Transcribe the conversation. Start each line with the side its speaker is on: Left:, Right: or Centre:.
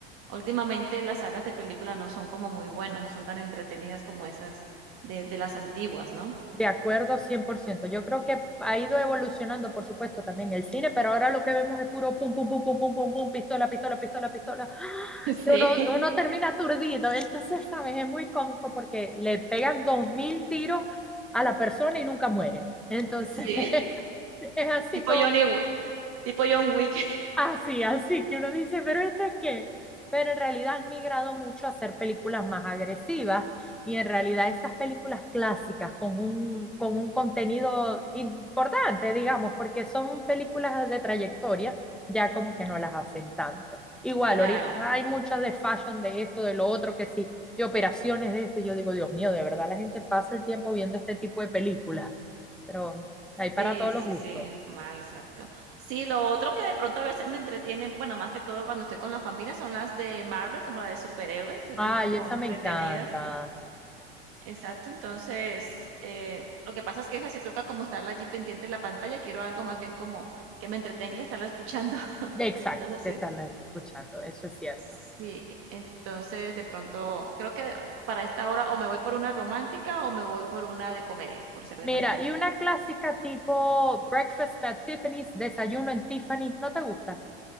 Right: Últimamente las sagas de películas no son como muy buenas, no son tan entretenidas como esas de de las antiguas, ¿no?
Centre: De acuerdo, cien por ciento. Yo creo que ha ido evolucionando, por supuesto, también el cine, pero ahora lo que vemos es puro pum, pum, pum, pum, pum, pum, pum, pistola, pistola, pistola, pistola.
Right: <laughs> Sí,
Centre: que uno, uno termina aturdido, entonces, ¿sabes? Es muy cómico porque le pegan dos mil tiros a la persona y nunca muere. Entonces,
Right: <laughs> sí,
Centre: <laughs> es así
Right: tipo
Centre: como
Right: Johnny Wi tipo John Wick.
Centre: Así, así que uno dice, pero esto es qué. Pero en realidad han migrado mucho a hacer películas más agresivas y en realidad esas películas clásicas con un, con un contenido importante, digamos, porque son películas de trayectoria, ya como que no las hacen tanto. Igual,
Right: Claro,
Centre: ahorita hay muchas de fashion, de esto, de lo otro, que sí, de operaciones de esto, y yo digo, Dios mío, de verdad la gente pasa el tiempo viendo este tipo de películas, pero hay para
Right: sí,
Centre: todos los
Right: sí,
Centre: gustos.
Right: sí, mal, exacto. Sí, lo otro que de pronto a veces me entretienen, bueno, más que todo cuando estoy con la familia, son las de Marvel, como las de superhéroes, son
Centre: Ay,
Right: también como
Centre: esa
Right: entretenidas.
Centre: me encanta.
Right: Exacto, entonces, eh, lo que pasa es que esa sí toca como estarla allí pendiente en la pantalla, quiero algo más bien como que me entretenga que estarla escuchando. <laughs>
Centre: Exacto,
Right: Entonces,
Centre: te
Right: sí,
Centre: están escuchando, eso es cierto.
Right: sí, entonces de pronto creo que para esta hora o me voy por una romántica o me voy por una de comedia, por ser
Centre: Mira,
Right: de mañana.
Centre: y una clásica tipo Breakfast at Tiffany's, Desayuno en Tiffany's, ¿no te gusta?